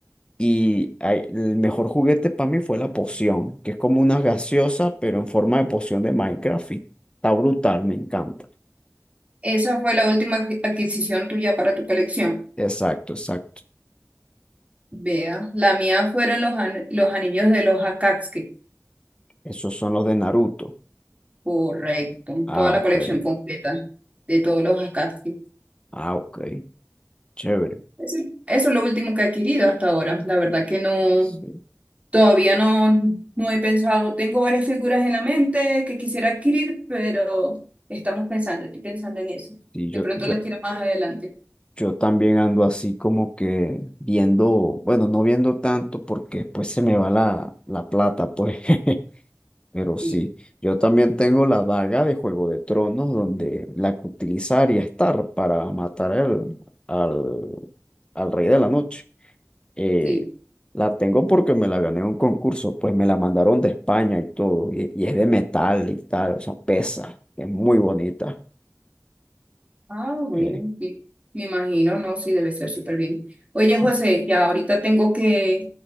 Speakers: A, on the left; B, on the right.
A: Y ay, el mejor juguete para mí fue la poción, que es como una gaseosa, pero en forma de poción de Minecraft. Y está brutal, me encanta.
B: Esa fue la última adqui- adquisición tuya para tu colección.
A: Exacto, exacto.
B: Vea, la mía fueron los, an- los anillos de los Akatsuki.
A: Esos son los de Naruto.
B: Correcto,
A: Ah,
B: toda la
A: ok.
B: colección completa de todos los Akatsuki.
A: Ah, ok. Chévere.
B: Eso, eso es lo último que he adquirido hasta ahora. La verdad que no.
A: Sí.
B: Todavía no, no he pensado, tengo varias figuras en la mente que quisiera adquirir, pero estamos pensando, estoy pensando en eso.
A: Y yo,
B: De pronto
A: yo,
B: las quiero más adelante.
A: yo también ando así como que viendo, bueno, no viendo tanto porque pues se me va la, la plata, pues. <laughs> Pero sí,
B: Sí,
A: yo también tengo la daga de Juego de Tronos, donde la que utilizaría estar para matar al, al, al Rey de la Noche. Eh,
B: sí.
A: la tengo porque me la gané en un concurso, pues me la mandaron de España y todo, y, y es de metal y tal, o sea, pesa, es muy bonita.
B: Ah, bueno,
A: Eh,
B: sí. Me imagino, no, sí, debe ser súper bien. Oye,
A: sí.
B: José, ya ahorita tengo que